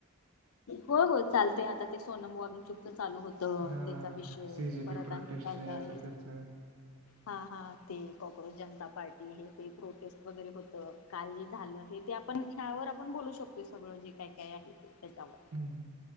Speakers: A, on the left; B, on the right.
A: हो हो चालतय, आता ते सोनम वॉून चुपत चालू होत त
B: हां,
A: त्याचा विषय,
B: सीजेबी
A: परत
B: प्रोटेस्टचं
A: आणि काय
B: याचं
A: काय आहे
B: त्याचं.
A: हा हा ते कॉक्रोज जनता पार्टी, हे ते प्रोटेस्ट वगैरे होतं,, काल जे झालं हे ते आपण ह्यावर आपण बोलू शकतो सगळं जे काय काय आहे ते त्याच्यावर.
B: हम्म,